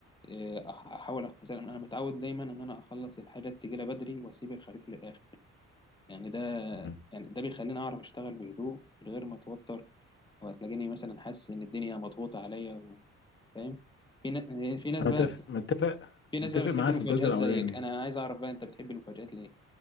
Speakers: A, on the left; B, on the left.
A: آه، أح- احاول أخ- مثلا انا متعود دايما ان انا اخلص الحاجات تجيلي بدري واسيب الخريف للاخر يعني ده
B: مم.
A: يعني ده بيخليني اعرف اشتغل بهدوء من غير ما اتوتر وهتلاقيني مثلا حاسس ان الدنيا مضغوطه عليا و- فاهم في ن- في ناس
B: انا
A: بقى
B: متفق متفق
A: في ناس
B: متفق
A: بقى بتحب
B: معاه
A: المفاجآت
B: في الجزء الاولاني
A: زيك انا عايز اعرف بقى انت بتحب المفاجآت ليه